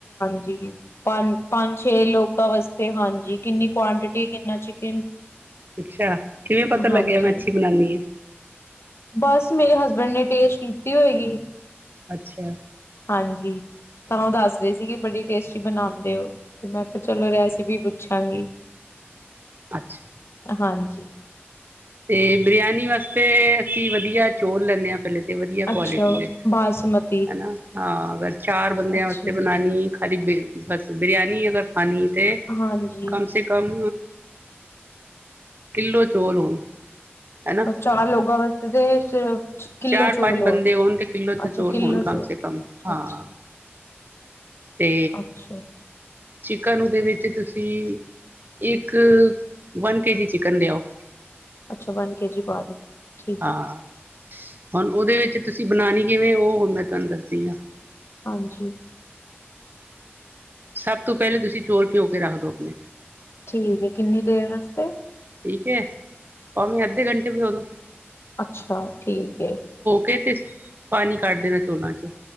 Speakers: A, on the left (about 75°); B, on the right (about 50°).
A: ਜੀ। ਪੰਜ ਪੰਜ ਛੇ ਲੋਕਾਂ ਵਸਤੇ ਹਾਂਜੀ। ਕਿੰਨੀ ਕੁਆਂਟਿਟੀ ਕਿੰਨਾ ਚਿਕਨ?
B: ਅੱਛਾ ਕਿਵੇਂ ਪਤਾ ਲੱਗਿਆ
A: ਹਾਂਜੀ
B: ਮੈਂ ਅੱਛੀ ਬਣਾਉਨੀ ਹਾਂ।
A: ਬਸ ਮੇਰੇ ਨੇ ਟੇਸਟ ਕੀਤੀ ਹੋਏਗੀ।
B: ਅੱਛਾ।
A: ਹਾਂਜੀ ਤਾਂ ਉਹ ਦੱਸ ਰਹੇ ਸੀ ਕਿ ਬੜੀ ਟੇਸਟੀ ਬਣਾਉਂਦੇ ਹੋ ਤੇ ਮੈਂ ਕਿਹਾ ਚਲੋ ਰੈਸਪੀ ਪੁੱਛਾਂਗੀ।
B: ਅੱਛਾ।
A: ਹਾਂਜੀ।
B: ਤੇ ਬਿਰਿਆਨੀ ਵਾਸਤੇ ਅਸੀਂ ਵਧੀਆ ਚੋਲ ਲੈਂਨੇ ਹਾਂ ਪਹਿਲੇ। ਤੇ ਵਧੀਆ
A: ਅੱਛਾ
B: ਕੁਆਲਿਟੀ ਦੇ
A: ਬਾਸਮਤੀ
B: ਹੈਨਾ ਹਾਂ। ਅਗਰ ਚਾਰ ਬੰਦਿਆਂ
A: ਅੱਛਾ
B: ਵਾਸਤੇ ਬਣਾਉਣੀ ਇੱਕ ਹਾਲ ਬਸ ਬਰਿਆਨੀ ਅਗਰ ਹਨ ਤਾਂ
A: ਹਾਂਜੀ
B: ਕਮ ਸੇ ਕਮ ਕਿੱਲੋ ਚੌਲ ਹੋਣ। ਹਨਾ
A: ਚਾਰ ਲੋਕਾਂ ਵਸਤੇ ਸਿਰਫ ਕਿੱਲੋ
B: ਚਾਰ
A: ਚੋਲ
B: ਪੰਜ
A: ਹੋਰ
B: ਬੰਦੇ ਹੋਣ ਤੇ ਕਿੱਲੋ ਤੇ
A: ਅੱਛਾ
B: ਚੋਰ
A: ਕਿੱਲੋ
B: ਹੋਣ
A: ਚੋਲ
B: ਕਮ ਸੇ ਕਮ
A: ਅੱਛਾ
B: ਹਾਂ।
A: ਅੱਛਾ
B: ਤੇ
A: ਅੱਛਾ
B: ਚਿਕਨ ਉਹਦੇ ਵਿੱਚ ਤੁਸੀਂ ਇੱਕ ਵਨ ਕੇ ਜੀ ਚਿਕਨ ਲਿਆਓ।
A: ਅੱਛਾ ਵਨ ਕੇ ਜੀ ਪਾ ਦੀ ਠੀਕ
B: ਹਾਂ। ਹੁਣ ਉਹਦੇ ਵਿੱਚ ਤੁਸੀਂ ਬਣਾਉਣੀ ਕਿਵੇਂ ਉਹ ਹੁਣ ਮੈਂ ਤੁਹਾਨੂੰ ਦੱਸਦੀ ਹਾਂ।
A: ਹਾਂਜੀ
B: ਸਭ ਤੋਂ ਪਹਿਲੇ ਤੁਸੀਂ ਚੋਲ ਪਿਉ ਕੇ ਰੱਖ ਦੋ ਆਪਣੇ।
A: ਠੀਕ ਹੈ ਕਿੰਨੀ ਦੇਰ ਵਾਸਤੇ
B: ਠੀਕ ਹੈ ਭਾਵੇਂ ਅੱਧੇ ਘੰਟੇ ਵੀ ਭਿਗੋਦੋ
A: ਅੱਛਾ, ਠੀਕ ਏ।
B: ਕੇ ਤੇ, ਪਾਣੀ ਕੱਢ ਦੇਣਾ ਚੋਲਾਂ ਚੋਂ